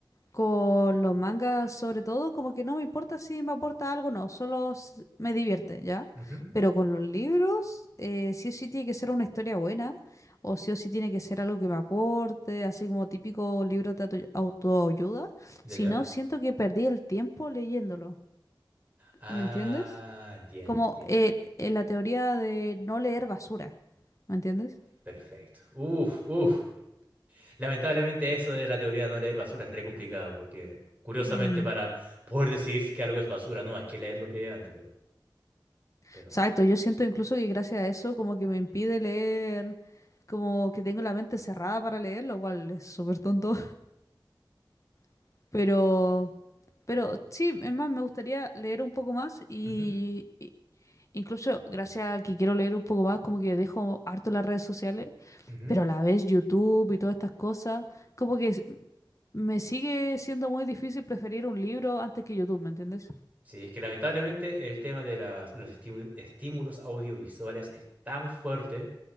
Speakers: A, on the left (about 40°); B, on the right (about 20°).
A: Con los mangas, sobre todo, como que no me importa si me aporta algo o no, solo s- me divierte, ¿ya?
B: ujú.
A: Pero con los libros, eh, sí o sí tiene que ser una historia buena, o sí o sí tiene que ser algo que me aporte, así como típico libro de auto- autoayuda.
B: ¿Ya,
A: Si
B: ya?
A: no, siento que perdí el tiempo leyéndolo,
B: Ah,
A: ¿me entiendes?
B: entiendo,
A: Como
B: entiendo.
A: eh, eh, la teoría de no leer basura, ¿me entiendes?
B: Perfecto. Uf, uf. Lamentablemente eso de la teoría de no leer basura es re complicado porque, curiosamente,
A: Mm.
B: para poder decidir si que algo es basura, no, hay que leerlo previamente, pero, pero
A: Exacto, yo siento incluso que gracias a eso como que me impide leer, como que tengo la mente cerrada para leer, lo cual es súper tonto, <laughs> pero, pero sí, es más, me gustaría leer un poco más y,
B: Ujú,
A: y incluso gracias a que quiero leer un poco más, como que dejo harto las redes sociales,
B: ujú.
A: pero a la vez YouTube y todas estas cosas, como que s- me sigue siendo muy difícil preferir un libro antes que YouTube, ¿me entiendes?
B: Sí, es que lamentablemente el tema de las- los estímu- estímulos audiovisuales es tan fuerte